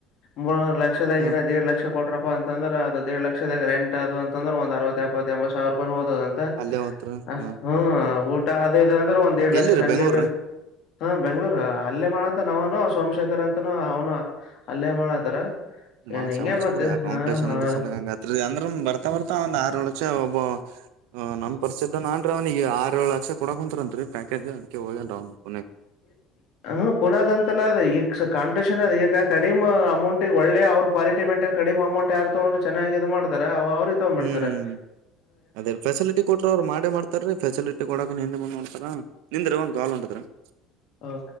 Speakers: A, on the left; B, on the right.
A: ಮೂ ಲಕ್ಷದಾಗನ
B: ಹ್ಮ
A: ದೇಡ್ ಲಕ್ಷ ಕೊಟ್ರಪ್ಪಾ ಅಂತಂದ್ರೆ ಅದ ಎರಡ್ ಲಕ್ಷದ ಗ ರ್ಯಾಂಟ್ ಅದು ಅ ದ್ರೆ ಒಂದ್ ಅರವತ್ ಎಪ್ಪತ್ ಎಂಬತ್ ಸಾವಿರ ರೂಪಾಯಿ ಹತದ ಅಂತ
B: ಅಲ್ಲೇ ಹೊತ್ರ
A: ಹ
B: ಹ್ಮ
A: ಊಟ ಅೇ ದ್ರೆ ಒಂದ್ ಎರಡ್
B: ಎಲ್ಲಿರಿ
A: ಲಕ್ಷ ನನ್ಗೆ
B: ಬೆಂಗ್ಳೂರ್ರೀ
A: ಬೇಕ ಹ ಬೆಂಗ್ಳೂರ ಅಲ್ಲೇ ಮಾಡತ್ತ ನಾವನು ಸೋಮಶೇಖರ್ ಅಂತ ಅನು ಅವನು ಅಲ್ಲೇ ಮಾಡತಾರ
B: ಬಾಳ
A: ಏನ್ ಹಿಂಗೆ
B: ಸಮಸ್ಯೆ
A: ಮತ್ತೆ
B: ಅಂದ್ರೆ ಆ ಕಾಂಪಿಟೇಷನ್
A: ಹಾ ಹಾ
B: ಇದ ಸಲ ಹಂಗತ್ ಅಂದ್ರ ಬರ್ತಾ ಬರ್ತಾ ಒಂದ ಆರ ಲಕ್ಷ ಒಬ್ ಹ್ ನಮ್ಮ್ ಪರಿಸಚದ ನಾನ್ ಅವ್ನಿಗೆ ಆರ ಏಳ್ ಲಕ್ಷ ಕೊಡಕ್ ಕುಂಂತರತ್ ರೀ ಪ್ಯಾಕೇಜ್ ಅದಕ ಹೋಗೇನ್ ಅವ್ನು
A: ಹ ಪುನಾದ ಅಂತಲ್ಲ ಅದ ಕಾಪಟೇಷನ್ ಅ ಈಗ ಕಡಿಮ ಅಮೌಂಟ್ಗೆ ಒಳ್ಳೆ ಅವ್ರ ಕ್ವಾಲಟಿ ಮೇಂಟೈನ್ ಕಡಿಮ ಅಮಂಟ್ ಯಾರ್ ತಗೊಂಡು ಚೆನ್ನ ಮಾಡ್ತಾರ ಅವ ಅವ್ರ ತಗ್ಬಿಡ್ತಾರೆ
B: ಹ್ಮ್ ಅದೇ ರ ಫೆಸಿಲಿಟಿ ಕೊಟ್ರ ಅವ್ರು ಮಾಡ್ತಾರ ರೀ ಫಸಿಲಿಟಿ ಕೊಡಕಕ್ ಹಿಂದೆ ಮುಂದ್ ಮಾಡ್ತಾರ ನಿಂದ್ರಿ ಒಂದ ಕಾಲ್ ಹೊಂಟ್ರರಿ ಹ
A: ಹಓ